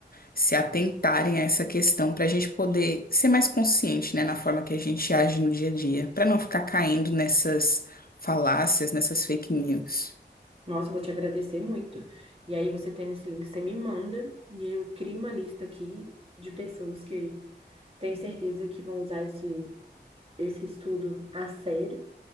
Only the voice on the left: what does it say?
se atentarem a essa questão para a gente poder ser mais consciente, né, na forma que a gente age no dia a dia, para não ficar caindo nessas falácias, nessas fake news.